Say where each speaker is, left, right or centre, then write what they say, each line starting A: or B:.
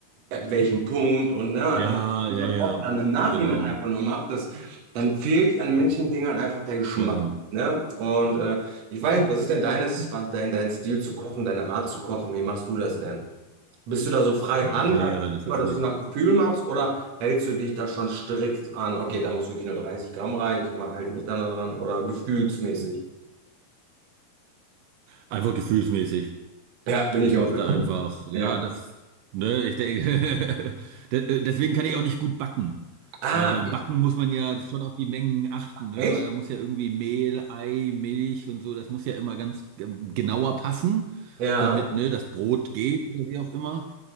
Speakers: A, on the right; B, on the right.
A: at welchem Punkt und ne, an,
B: Ja,
A: und
B: ja,
A: dann
B: ja,
A: auch dann im Nachhinein
B: genau.
A: einfach nur macht, das, dann fehlt an manchen Dingern einfach der Geschmack.
B: Ja,
A: Ne? Und äh, ich weiß nicht, was ist denn deines, was dein, dein Stil zu kochen, deine Art zu kochen? Wie machst du das denn? Bist du da so frei Hand,
B: ja,
A: also
B: ja, das
A: einfach,
B: ist
A: dass
B: nicht.
A: du nach Gefühl machst, oder hältst du dich da schon strikt an, okay, da muss wirklich nur 30 Gramm rein, ich mach, halt mich dann da dran, oder gefühlsmäßig
B: Einfach gefühlsmäßig.
A: Ja, bin
B: Ich
A: ich
B: mache
A: auch mit.
B: da einfach, ja,
A: ja.
B: das, ne, ich denke, <laughs> de- deswegen kann ich auch nicht gut backen.
A: Ah,
B: Weil beim Backen muss man ja schon auf die Mengen achten, ne?
A: echt?
B: Weil da muss ja irgendwie Mehl, Ei, Milch und so, das muss ja immer ganz ähm, genauer passen,
A: Ja.
B: damit, ne, das Brot geht oder wie auch immer.